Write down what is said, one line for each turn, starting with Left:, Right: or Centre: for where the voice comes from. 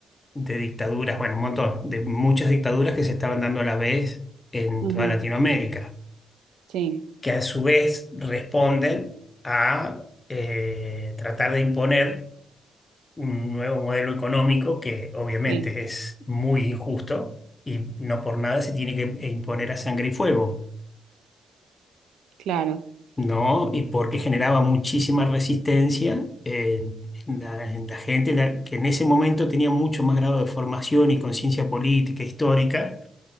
Left: de dictaduras, bueno, un montón, de muchas dictaduras que se estaban dando a la vez en
Right: ujú,
Left: toda Latinoamérica,
Right: Sí,
Left: que a su vez responden a eh, tratar de imponer un nuevo modelo económico que obviamente
Right: sí,
Left: es muy injusto y no por nada se tiene que imponer a sangre y fuego,
Right: claro.
Left: ¿no? Y porque generaba muchísima resistencia en, en la, en la gente la- que en ese momento tenía mucho más grado de formación y conciencia política, histórica